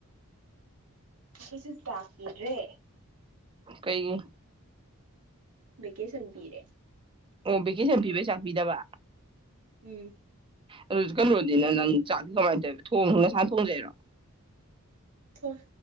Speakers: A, on the right (about 85°); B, on the right (about 25°).
A: ꯑꯩꯈꯣꯏꯁꯨ ꯆꯥꯛꯄꯤꯗ꯭ꯔꯦ
B: ꯀꯩ
A: ꯕꯦꯀꯦꯁꯟ ꯄꯤꯔꯦ
B: ꯑꯣ ꯚꯦꯀꯦꯁꯟ ꯄꯤꯕꯩ ꯆꯥꯛ ꯄꯤꯗꯕ
A: ꯎꯝ
B: ꯑꯗꯨꯁꯨ ꯀꯩꯅꯣꯗꯤꯅꯦ ꯅꯪ ꯆꯥꯛꯗꯤ ꯀꯃꯥꯏꯅ ꯇꯧꯋ ꯊꯣꯡ ꯅꯁꯥ ꯊꯣꯡꯖꯩꯔꯣ
A: ꯊꯣꯏ